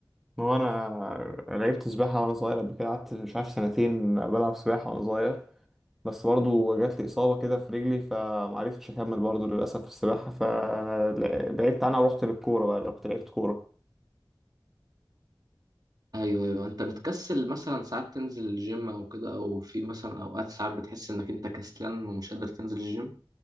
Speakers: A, in the centre; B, on the right.
A: ما هو انا لعبت سباحة وانا صغير قبل كده قعدت مش عارف سنتين بلعب سباحة وانا صغير بس برضو جات لي إصابة كده في رجلي فمعرفتش أكمل برضو للأسف في السباحة فبعدت عنها ورحت للكورة بقى رحت لعبت كورة
B: أيوه أيوه أنت بتكسل مثلا ساعات تنزل الجيم أو كده أو في مثلا أوقات ساعات بتحس إنك أنت كسلان ومش قادر تنزل الجيم؟